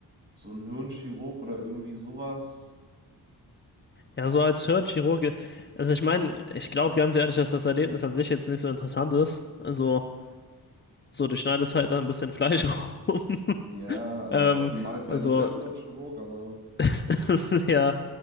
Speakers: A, on the right; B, on the left.
A: So ein Hirnchirurg oder irgendwie sowas.
B: Ja, so als Hirnchirurge, also ich meine, ich glaube ganz ehrlich, dass das Erlebnis an sich jetzt nicht so interessant ist. Also, so, du schneidest halt da ein bisschen Fleisch <laughs> rum.
A: Ja,
B: Ähm,
A: im Optimalfall
B: also,
A: nicht als Hirnchirurg, aber
B: <laughs> es ist ja